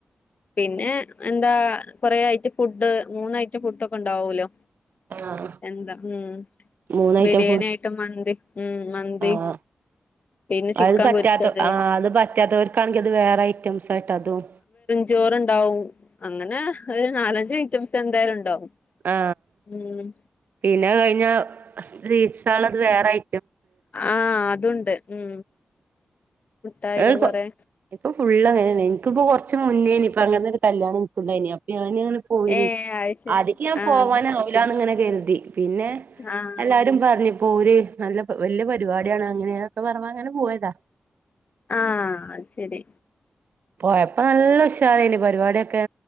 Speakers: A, on the left; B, on the right.
A: പിന്നെ എന്താ കുറേ ഐറ്റം ഫുഡ് മൂന്ന് ഐറ്റം ഫുഡൊക്കെ ഉണ്ടാവൂല്ലോ
B: ആഹ്
A: എന്താ ഉം
B: മൂന്നഐറ്റം
A: ബിരിയാണി
B: ഫുഡ്
A: ആയിട്ടും മന്തി ഉം മന്തി
B: ആഹ്
A: പിന്നെ ചിക്കൻ
B: അത് പറ്റാത്ത
A: പൊരിച്ചത്
B: ആ അത് പറ്റാത്തവർക്കാണെങ്കിൽ അത് വേറെ ഐറ്റംസായിട്ട് അതും
A: ചോറുണ്ടാവും അങ്ങനെ ഒരു നാലഞ്ച് ഐറ്റംസ് എന്തായാലും ഉണ്ടാവും
B: ആ
A: ഉം
B: പിന്നെ അത് കഴിഞ്ഞാ സ്ട്രി സൽ അത്‌ വേറെ ഐ
A: ആഹ് അതുണ്ട് ഉം മുട്ടായികൾ
B: <unintelligible>
A: കൊറെ
B: ഇപ്പം ഫുള്ള് അങ്ങനെ ന്നെനി ഇന്ക് പ്പം കൂർച്ചി മുന്നേ നി പ അങ്ങൻ കല്യാണം ഇൻക്കുണ്ടായിനി അപ് ഞാൻ ങ്ങനെ പോയിനി
A: ഏ അയ്ശരി
B: ആതിക്ക് ഞാൻ
A: ആഹ്
B: പോവനാവൂല ന്ന് ങ്ങനെ കരുതി. പിന്നെ
A: ആഹ്
B: എല്ലാരും പറഞ്ഞ് പോര് നല്ല വല്ല്യ പരിപാടി ആണ് അങ്ങനെ ഒക്കെ പറഞ്ഞപ്പോ പോയതാ
A: ആ അത് ശരി
B: പോയപ്പോ നല്ല ഉഷാറേനി പരിപാടി ഒക്കെ